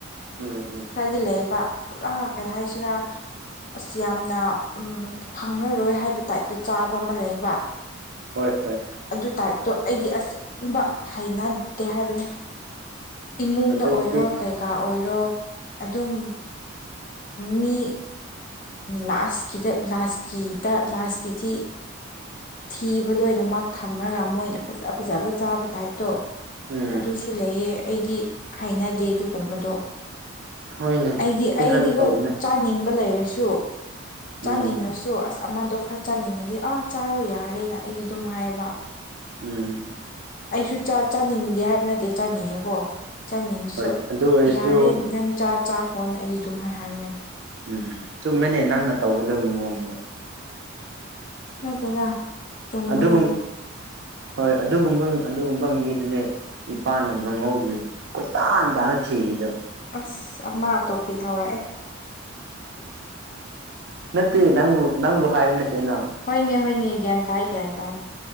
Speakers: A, on the right; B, on the left.
A: ꯎꯝ ꯎꯝ
B: ꯈꯔꯗꯤ ꯂꯩꯌꯦꯕ ꯄꯨꯔꯥ ꯀꯩ ꯍꯥꯏꯁꯤꯔꯥ ꯑꯁ ꯌꯥꯝꯅ ꯐꯪꯉꯔꯣꯏ ꯍꯥꯏꯕ ꯇꯥꯏꯞꯇ ꯆꯥꯕ ꯑꯃ ꯂꯩꯌꯦꯕ
A: ꯍꯣꯏ ꯍꯣꯏ
B: ꯑꯗꯨ ꯇꯥꯏꯞꯇꯣ ꯑꯩꯗꯤ ꯑꯁꯦꯡꯕ ꯍꯩꯅꯗꯦ ꯍꯥꯏꯕꯅꯤ ꯏꯃꯨꯡꯗ
A: ꯑꯗꯨꯕꯨꯗꯤ
B: ꯑꯣꯏꯔꯣ ꯀꯩꯀꯥ ꯑꯣꯏꯔꯣ ꯑꯗꯨꯝ ꯃꯤ ꯂꯥꯁꯀꯤꯗ ꯂꯥꯁꯀꯤꯗ ꯂꯥꯁꯀꯤꯗꯤ ꯊꯤꯕ ꯂꯣꯏꯅꯃꯛ ꯊꯝꯃꯒ ꯃꯣꯏꯅ ꯐꯖ ꯐꯖꯕ ꯆꯥꯕ ꯇꯥꯏꯞꯇꯣ
A: ꯎꯝ
B: ꯑꯗꯨꯁꯨ ꯂꯩꯌꯦ ꯑꯩꯗꯤ ꯍꯥꯏꯅꯗꯦ ꯑꯗꯨꯒꯨꯝꯕꯗꯣ
A: ꯍꯣꯏꯅꯦ
B: ꯑꯩꯗꯤ
A: ꯃꯤ
B: ꯑꯩꯗꯤꯀꯣ
A: ꯈꯔꯗꯤ ꯇꯧꯕꯅꯦ
B: ꯆ ꯆꯥꯅꯤꯡꯕ ꯂꯩꯔꯁꯨ ꯆꯥꯅꯤꯡꯉꯁꯨ
A: ꯎꯝ
B: ꯑꯁ ꯑꯃꯗꯣ ꯈꯔ ꯆꯥꯅꯤꯡꯉꯗꯤ ꯑꯥ ꯆꯥꯔꯣ ꯌꯥꯔꯦꯅ ꯑꯩꯗꯤ ꯑꯗꯨꯝ ꯍꯥꯏꯕ
A: ꯎꯝ
B: ꯑꯩꯁꯨ ꯆꯥꯅꯤꯡꯗꯦ ꯍꯥꯏꯕ ꯅꯠꯇꯦ ꯆꯥꯅꯤꯡꯉꯦꯀꯣ ꯆꯥꯅꯤꯡꯉꯁꯨ
A: ꯍꯣꯏ ꯑꯗꯨ ꯑꯣꯏꯔꯁꯨ
B: ꯌꯥꯔꯦ ꯅꯪ ꯆꯥ ꯆꯥꯈ꯭ꯔꯣꯅ ꯑꯩꯗꯤ ꯑꯗꯨꯝ ꯍꯥꯏ ꯍꯥꯏꯕꯅꯦ
A: ꯎꯝ ꯆꯨꯝꯃꯦꯅꯦ ꯅꯪꯅ ꯇꯧꯒꯗꯕ ꯃꯑꯣꯡꯗꯣ
B: ꯅꯠꯇꯗ ꯆꯨꯝꯕꯅ
A: ꯑꯗꯨꯒꯨꯝ ꯍꯣꯏ ꯑꯗꯨꯒꯨꯝꯕ ꯑꯗꯨꯒꯨꯝꯕ ꯃꯤꯗꯨꯅꯦ ꯏꯄꯥꯅ ꯃꯃꯧꯒꯤ ꯀꯣꯏꯇꯥꯟ ꯇꯥꯅ ꯊꯔꯤꯗꯣ
B: ꯑꯁ ꯑꯃꯥ ꯑꯇꯣꯞꯄꯤ ꯍꯧꯥꯎꯔꯛꯑꯦ
A: ꯅꯠꯇꯦ ꯅꯪꯕꯨ ꯅꯪꯕꯨ ꯍꯥꯏꯕ ꯅꯠꯇꯦꯅꯣ
B: ꯍꯣꯏꯅꯦ ꯍꯣꯏꯅꯦ ꯭ꯌꯥꯟ ꯇꯥꯏ ꯭ꯌꯥꯟ ꯇꯥꯏ